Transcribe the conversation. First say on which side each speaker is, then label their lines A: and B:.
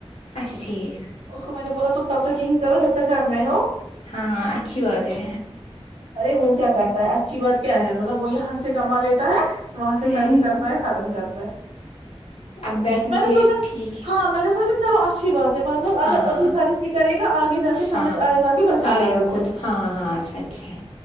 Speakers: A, on the left; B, on the right.
A: اچھا ٹھیک
B: اس کو میں نے بولا تم تب تک یہیں کرو جب تک گھر میں ہو
A: ہاں اچھی بات ہے
B: آرے وہ کیا کر اچھی بات کیا ہے مطلب وہ یہاں سے سے کما لیتا ہے وہاں سے
A: ہوں
B: خرچ کرتا ہے ختم کرتا ہے
A: اب بیٹھنے
B: میں
A: سے
B: نے سوچا
A: ٹھیک ہے
B: ہاں میں نے سوچا چلو اچھی بات ہے مطلب اگر
A: ہاں
B: ابھی فرچ بھی کرے گا آگے جا کے سمجھ
A: ہاں
B: آئے گا کہ بچانا
A: آئے گا
B: بھی
A: خود
B: ہے
A: ہاں ہاں سچ ہے